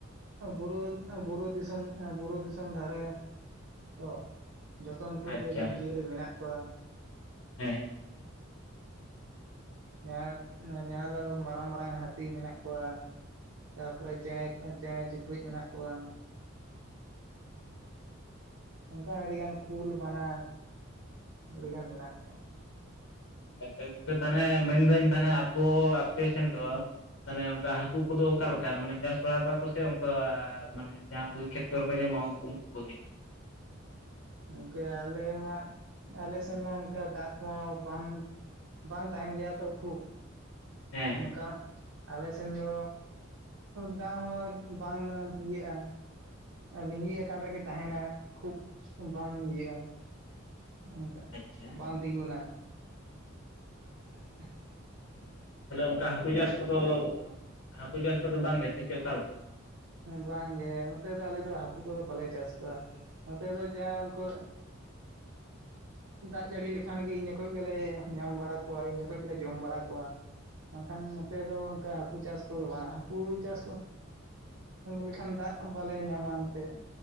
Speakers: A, on the right; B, on the left.
A: ᱵᱩᱨᱩ, ᱵᱩᱨᱩ ᱫᱤᱥᱚᱢ, ᱵᱩᱨᱩ ᱫᱤᱥᱚᱢ ᱫᱷᱟᱨᱮ ᱛᱚ ᱡᱚᱛᱚᱢ ᱢᱤᱫ
B: ᱟᱪᱪᱷᱟ
A: ᱜᱮ ᱡᱤᱵᱽ-ᱡᱤᱭᱟᱹᱞᱤ ᱢᱮᱱᱟᱜ ᱠᱚᱣᱟ᱾
B: ᱦᱮᱸ
A: ᱡᱟᱦᱟᱸ ᱫᱚ ᱢᱟᱨᱟᱝ ᱢᱟᱨᱟᱝ ᱦᱟᱹᱛᱤ ᱢᱮᱱᱟᱜ ᱠᱚᱣᱟ ᱛᱟᱯᱚᱨᱮ ᱪᱮᱬᱮ, ᱪᱮᱬᱮ ᱪᱩᱯᱨᱩᱡ ᱢᱮᱱᱟᱜ ᱠᱚᱣᱟ᱾ ᱚᱱᱠᱟ ᱟᱹᱰᱤᱜᱟᱱ ᱠᱩᱞ ᱵᱟᱱᱟ ᱟᱹᱰᱤᱜᱟᱱ ᱢᱮᱱᱟᱜ ᱠᱚᱣᱟ᱾
B: ᱟᱪᱪᱷᱟ ᱜᱚᱝᱠᱮ ᱛᱟᱦᱚᱞᱮ ᱢᱮᱱᱫᱟᱹᱧ ᱛᱟᱦᱚᱞᱮ ᱟᱯᱮ ᱥᱮᱱ ᱫᱚ ᱛᱟᱦᱚᱞᱮ ᱚᱱᱠᱟ ᱦᱟᱹᱠᱩ ᱠᱩᱫᱚ ᱚᱠᱟ ᱞᱮᱠᱟ ᱢᱟᱱᱮ ᱪᱟᱥ ᱵᱟᱲᱟ ᱠᱚᱣᱟ ᱠᱩ ᱥᱮ, ᱚᱝᱠᱟ ᱢᱟᱱᱮ ᱡᱟᱦᱟᱸ ᱠᱷᱮᱛ ᱠᱚᱨᱮ ᱠᱚ ᱧᱟᱢᱚᱜᱼᱟ ᱩᱝᱠᱩ ᱩᱝᱠᱩ ᱠᱚᱜᱮ᱾
A: ᱜᱚᱝᱠᱮ ᱟᱞᱮ ᱢᱟ, ᱟᱞᱮ ᱥᱮᱱ ᱢᱟ ᱚᱱᱠᱟ ᱫᱟᱜ ᱠᱚᱢᱟ ᱵᱟᱝ ᱵᱟᱝ ᱛᱟᱦᱮᱱ ᱜᱮᱭᱟ ᱛᱚ ᱠᱷᱩᱵ
B: ᱦᱮᱸ ᱦᱮᱸ
A: ᱚᱱᱠᱟ ᱟᱞᱮ ᱥᱮᱱ ᱫᱚ ᱫᱟᱜ ᱦᱚᱸ ᱵᱟᱝ ᱤᱭᱟᱹᱜᱼᱟ᱾ ᱞᱤᱸᱜᱤᱭᱟᱠᱟᱱ ᱨᱮᱜᱮ ᱛᱟᱦᱮᱱᱟ ᱠᱷᱩᱵ ᱵᱟᱝ ᱤᱭᱟᱹᱜᱼᱟ ᱾ ᱱᱚᱝᱠᱟ
B: ᱟᱪᱪᱷᱟ
A: ᱵᱟᱝ ᱛᱤᱸᱜᱩᱱᱟ ᱟᱸᱦ ᱟᱸᱦ <unintelligible>
B: ᱛᱟᱦᱚᱞᱮ ᱚᱱᱠᱟ ᱦᱟᱹᱠᱩ ᱪᱟᱥ ᱠᱚᱫᱚ ᱦᱟᱹᱠᱩ ᱪᱟᱥ ᱠᱚᱫᱚ ᱵᱟᱝ ᱜᱮ ᱥᱮ ᱪᱮᱫ ᱚᱠᱟ ᱞᱮᱠᱟ?
A: ᱵᱟᱝᱜᱮ ᱱᱚᱛᱮ ᱫᱚ ᱟᱞᱮ ᱫᱚ ᱦᱟᱹᱠᱩ ᱠᱚᱫᱚ ᱵᱟᱞᱮ ᱪᱟᱥ ᱠᱚᱣᱟ ᱾ ᱱᱚᱛᱮ ᱫᱚ ᱡᱟ ᱩᱱᱠᱩ
B: <inaudible>
A: ᱫᱟᱜ ᱡᱟᱹᱲᱤ ᱞᱮᱠᱷᱟᱱ ᱜᱮ ᱤᱱ ᱡᱚᱠᱷᱚᱡ ᱜᱮᱞᱮ ᱧᱟᱢ ᱵᱟᱲᱟ ᱠᱚᱣᱟ ᱤᱱ ᱡᱚᱠᱷᱚᱡ ᱜᱮᱞᱮ ᱡᱚᱢ ᱵᱟᱲᱟ ᱠᱚᱣᱟ ᱵᱟᱝᱠᱷᱟᱱ ᱱᱚᱛᱮ ᱫᱚ ᱚᱱᱠᱟ ᱦᱟᱹᱠᱩ ᱪᱟᱥ ᱠᱚᱫᱚ ᱵᱟᱝ ᱦᱟᱹᱠᱩ ᱪᱟᱥ ᱠᱚ ᱞᱮᱠᱷᱟᱱ ᱫᱟᱜ ᱵᱟᱞᱮ ᱧᱟᱢᱟ ᱱᱚᱛᱮ